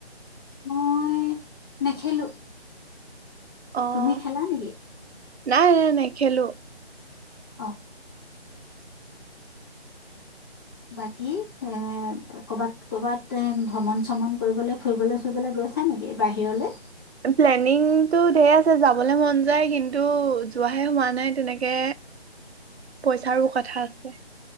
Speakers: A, on the left (about 20°); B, on the right (about 75°).
A: মই নেখেলো।
B: অ',
A: তুমি খেলা নেকি?
B: নাই, নাই, নাই। খেলো।
A: অ', বাকী এ কৰবাত কৰ'বাত ভ্ৰমণ চমন কৰিবলৈ ফুৰিবলৈ ফুৰিবলৈ গৈছা নেকি বাহিৰলে?
B: প্লেনিংতটো ঢেৰ আছে যাবলৈ মন যায় কিন্তু যোৱাহে হোৱা নাই তেনেকে পইচাৰো কথা আছে।